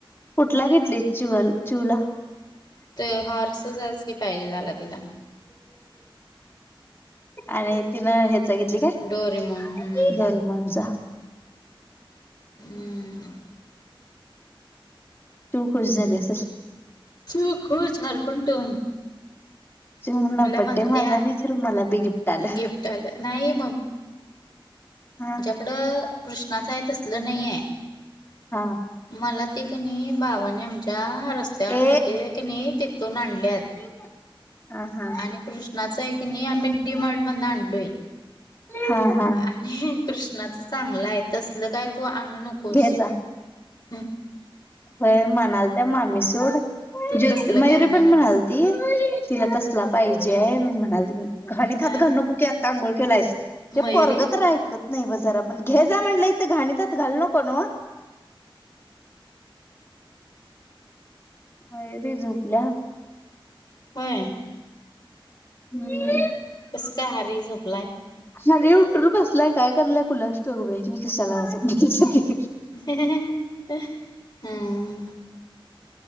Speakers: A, on the left; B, on the left.
A: कुठला घेतली चल चिवला
B: तर हॉर्सच की पाहिजे झाला तिला
A: अर तिन हे घेतली काय
B: डोरेमोन हम्म
A: जरमणचा
B: हम्म
A: तू खुश झाली असेल
B: चू खूश हरकणतो
A: जेना बड्डे
B: म्हणत्या
A: माझा नाही खरं मला बी गिफ्ट आलं
B: गिफ्ट आलं नाही
A: हम
B: कडं कृष्णाचं आहे तसलं नाही आहे.
A: हा.
B: मला ते क नाही बाबाने आमच्या रस्त्यावर
A: ए
B: मिळते की नाही तिथून आणलत.
A: <unintelligible> हा हा
B: आणि कृष्णाच आहे की नाही आम्ही डी मार्ट मधून आणलंय.
A: हा. हा
B: आणि कृष्णाच चांगलं आहे तसल काय तू आणू नकोस.
A: घे जा.
B: हम्म.
A: होय म्हणाल त्या मामी सोड
B: तू
A: जोती
B: तसलं
A: मयुरी
B: काय आणू
A: पण म्हणाल
B: नकोस
A: ती तिला तसला पाहिजेय मी म्हणाली घाणीत
B: अ
A: हात घाल नकोस की आत्ता आंघोळ केलायस. हे
B: मयुरी
A: पोरगं तर ऐकत नाही बई जरा आपण घे जा म्हणलं इथं घाणीतात घालू नको न व. हा रे झोपल्या.
B: होय.
A: हम्म.
B: कस काय हारी झोपलाय.
A: अरे उठर बसलाय काय करलाय कुलास ठाऊक बाई मी कशला. <unintelligible>
B: हा.